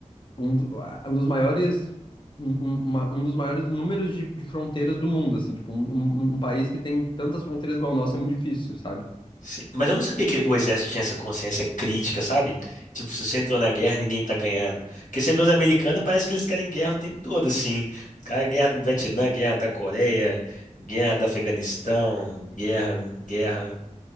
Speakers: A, on the left; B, on the left.
A: um, do- a- um dos maiores um, um- uma- um dos maiores números de, de fronteiras do mundo, assim, tipo, um, um- um país que tem tantas fronteiras igual o nosso é muito difícil, sabe?
B: Sim, Mas eu não sabia que o exército tinha essa consciência crítica, sabe? Tipo, se você entrou na guerra, ninguém tá ganhando. Porque você vê os americanos, parece que eles querem guerra o tempo todo, assim. Cara, guerra do Vietnã, guerra da Coreia, guerra do Afeganistão, guerra, guerra.